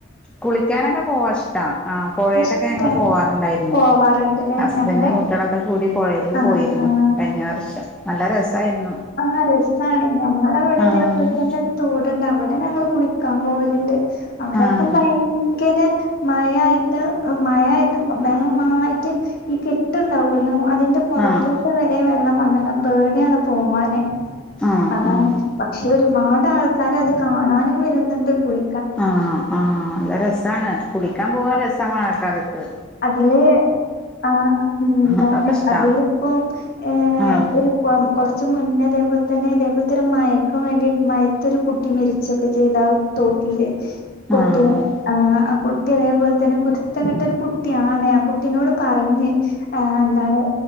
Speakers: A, in the centre; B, on the left (about 45°).
A: കുളിക്കാനൊക്കെ പോവാ ഇഷ്ട ആഹ് പുഴെലൊക്കെ
B: ഇഷ്ടാണ്
A: ഞങ്ങള് പോവാറുണ്ടായിരുന്നു.
B: പോവാറുണ്ട്ല്ലേ
A: ഹസ്ബൻറും
B: ഞങ്ങളെ
A: കുട്ടിയളൊക്കെ കൂടി പുഴേൽക്ക്
B: ആഹ്
A: പോയിരുന്നു
B: ആഹ്
A: കഴിഞ്ഞ വർഷം നല്ല രസായിരുന്നു.
B: ആഹ് രിഷ്ടാണ് ഞങ്ങളവിടെ
A: ആഹ്
B: ദേത്ട്ത തന്നെ ഒരു തോട്ണ്ട് അവിടെ ഞങ്ങൾ കുളിക്കാൻ പോവല്ണ്ട്. അവ്ടപ്പം
A: ആഹ്
B: ഭയങ്കരെ. മഴയായിട്ട് മഴയായിട്ട് വെള്ളന്നായിട്ട് ഈ കെട്ട്ണ്ടാവുല്ലോ അതിന്റെ. പൊർതൂട്ട്
A: ആഹ്
B: വരെ വെള്ളം വന്ന്ണ് പേടിയാണ് പോവാന്‌
A: ആഹ്
B: അതാണ്.
A: ആഹ്
B: പക്ഷേ ഒരുപാട് ആൾക്കാരത് കാണാനും വര്ന്ന്ണ്ട് കുളി
A: ആഹ് ആഹ് ല്ല രസാണ് കുളിക്കാൻ പോവാൻ രസമാ മഴ കാലത്ത്.
B: അതിലെ ആഹ് ന്താണ്
A: അതൊക്കെ ഇഷ്ടാ
B: അതിലിപ്പം ഏ
A: ആഹ്
B: ഒരു. കുവം കൊർ ച്ച് മുന്നേ തേപോൽതന്നെ ഇതേപോലത്തെരു മയക്കും വേണ്ടി മയയ്ത്തൊരു കുട്ടി മരിച്ചൊക്കെ ചെയ്തായ് ആഹ് തോട്ടില്. പുട്ടും.
A: ആഹ്
B: ആഹ് ആഹ് കുട്ടി അതേപോൽ തന്നെ കുരുത്തങ്കട്ടൊരു കുട്ടിയാണ് ആഹ് കുട്ടിനോട് പറ്ഞ്ഞ്. ആഹ് ന്താണ്